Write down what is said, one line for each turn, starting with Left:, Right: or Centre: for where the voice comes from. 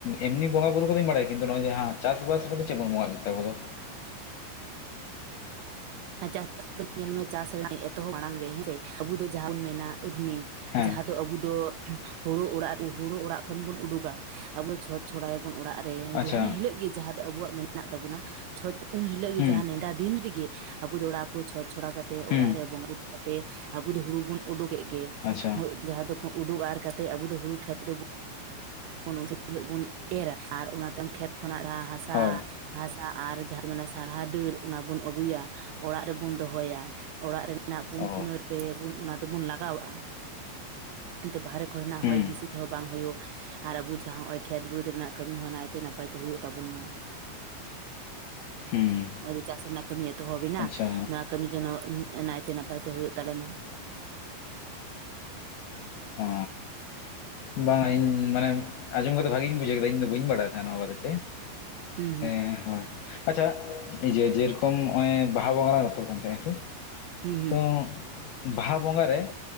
Left: ᱮᱢᱱᱤ ᱵᱚᱸᱜᱟ ᱵᱩᱨᱩ ᱠᱚᱫᱚᱧ ᱵᱟᱲᱟᱭᱟ ᱠᱤᱱᱛᱩ ᱱᱚᱜ-ᱚᱭ ᱡᱮ ᱪᱟᱥᱵᱟᱥ ᱨᱮᱫᱚ ᱪᱮᱫ ᱵᱚᱱ ᱵᱚᱸᱜᱟᱟᱜᱟ ᱟᱵᱚ ᱫᱚ
Right: ᱦᱮᱸ <unintelligible> ᱧᱮᱞ ᱢᱮ ᱪᱟᱥ <unintelligible> ᱮᱛᱚᱦᱚᱵ ᱢᱟᱲᱟᱝ ᱨᱮ ᱦᱮᱸᱥᱮ ᱟᱵᱚ ᱫᱚ ᱡᱟᱦᱟᱸ ᱵᱚᱱ ᱢᱮᱱᱟ ᱨᱩᱦᱱᱤ
Left: ᱦᱮᱸ
Right: ᱡᱟᱦᱟᱸ ᱫᱚ ᱟᱵᱚ ᱫᱚ ᱦᱳᱲᱳ ᱚᱲᱟᱜ ᱦᱳᱲᱩ ᱚᱲᱟᱜ ᱠᱷᱚᱱ ᱵᱚᱱ ᱩᱰᱩᱠᱟ ᱟᱵᱚ ᱪᱷᱚᱪ ᱪᱷᱚᱲᱟ ᱭᱟᱵᱚᱱ ᱚᱲᱟᱜ ᱨᱮ
Left: ᱟᱪᱪᱷᱟ
Right: ᱨᱩᱦᱱᱤ ᱦᱤᱞᱳᱜ ᱜᱮ ᱡᱟᱦᱟᱸ ᱫᱚ ᱟᱵᱚᱣᱟᱜ ᱢᱮᱱᱟᱜ ᱛᱟᱵᱚᱱᱟ ᱪᱷᱚᱪ ᱩᱱ ᱦᱤᱞᱳᱜ
Left: ᱦᱩᱸ
Right: ᱜᱮ ᱡᱟᱦᱟᱸ ᱱᱮᱰᱟ ᱫᱤᱱ ᱨᱮᱜᱮ ᱟᱵᱚ ᱫᱚ ᱚᱲᱟᱜ ᱠᱚ ᱪᱷᱚᱪ ᱪᱷᱚᱲᱟ ᱠᱟᱛᱮᱫ
Left: ᱦᱩᱸ
Right: ᱚᱲᱟᱜ ᱨᱮ ᱵᱚᱸᱜᱟ ᱵᱩᱨᱩ ᱠᱟᱛᱮᱜ ᱟᱵᱚ ᱫᱚ ᱦᱩᱲᱩ ᱵᱩᱱ ᱩᱰᱩᱠᱮᱫ ᱜᱮ
Left: ᱟᱪᱪᱷᱟ
Right: ᱡᱟᱦᱟᱸ ᱫᱚ ᱩᱰᱩᱠ ᱟᱨ ᱠᱟᱛᱮ ᱟᱵᱚ ᱫᱚ ᱦᱩᱲᱩ ᱠᱷᱮᱛ ᱨᱮᱵᱚ <unintelligible> ᱦᱤᱞᱳᱜ ᱵᱚᱱ ᱮᱨᱟ ᱟᱨ ᱚᱱᱟ ᱛᱟᱭᱚᱢ ᱠᱷᱮᱛ ᱠᱷᱚᱱᱟᱜ ᱡᱟᱦᱟᱸ ᱦᱟᱥᱟ
Left: ᱦᱳᱭ
Right: ᱦᱟᱥᱟ ᱟᱨ ᱡᱟᱦᱟᱸᱠᱚ ᱢᱮᱱᱟ ᱥᱟᱨᱦᱟ ᱰᱟᱹᱨ ᱚᱱᱟ ᱵᱚᱱ ᱟᱹᱜᱩᱭᱟ ᱚᱲᱟᱜ ᱨᱮᱵᱚᱱ ᱫᱚᱦᱚᱭᱟ ᱚᱲᱟᱜ ᱨᱮᱱᱟᱜ ᱯᱩᱱ
Left: ᱚ
Right: ᱠᱩᱱᱟᱹᱭ ᱨᱮᱵᱚᱱ ᱚᱱᱟ ᱫᱚᱵᱚᱱ ᱞᱟᱜᱟᱣᱟᱜ-ᱟ ᱮᱱᱛᱮ ᱵᱟᱦᱨᱮ ᱠᱚᱨᱮᱱᱟᱜ
Left: ᱦᱩᱸ
Right: ᱦᱚᱭ ᱦᱤᱸᱥᱤᱫ ᱦᱚᱸ ᱵᱟᱝ ᱦᱩᱭᱩᱜ ᱟᱨ ᱟᱵᱚ ᱡᱟᱦᱟᱸ ᱦᱚᱜᱼᱚᱭ ᱠᱷᱮᱛ ᱵᱟᱹᱫᱽ ᱨᱮᱱᱟᱜ ᱠᱟᱹᱢᱤ ᱦᱚᱸ ᱱᱟᱭᱛᱮ ᱱᱟᱯᱟᱭ ᱛᱮ ᱦᱳᱭᱩᱜ ᱛᱟᱵᱚᱱ ᱢᱟ
Left: ᱦᱩᱸ
Right: ᱦᱚᱜᱼᱚᱭ ᱡᱮ ᱪᱟᱥ ᱨᱮᱱᱟᱜ ᱠᱟᱹᱢᱤ ᱮᱛᱚᱦᱚᱵᱼᱼ
Left: ᱟᱪᱪᱷᱟ
Right: ᱠᱟᱹᱢᱤ ᱡᱮᱱᱚ ᱱᱟᱭᱛᱮ ᱱᱟᱯᱟᱭ ᱛᱮ ᱦᱩᱭᱩᱜ ᱛᱟᱞᱮ ᱢᱟ
Left: ᱚ ᱵᱟᱝ ᱤᱧ ᱢᱟᱱᱮ ᱟᱸᱡᱚᱢ ᱠᱟᱛᱮ ᱵᱷᱟᱜᱤᱧ ᱵᱩᱡᱟᱹᱣ ᱠᱮᱫᱟ ᱤᱧ ᱫᱚ ᱵᱟᱹᱧ ᱵᱟᱲᱟᱭ ᱛᱟᱦᱮᱸᱫ ᱱᱚᱣᱟ ᱵᱟᱨᱮᱛᱮ
Right: ᱦᱩᱸ
Left: ᱦᱮᱸ ᱦᱳᱭ ᱟᱪᱪᱷᱟ ᱤᱭᱟᱹ ᱡᱮᱨᱚᱠᱚᱢ ᱱᱚᱜᱼᱚᱭ ᱵᱟᱦᱟ ᱵᱚᱸᱜᱟ ᱞᱟᱝ ᱨᱚᱯᱚᱲ ᱠᱟᱱ ᱛᱟᱦᱮᱸ ᱦᱮ ᱥᱮ
Right: ᱦᱩᱸ ᱦᱩᱸ
Left: ᱛᱚ ᱵᱟᱦᱟ ᱵᱚᱸᱜᱟ ᱨᱮ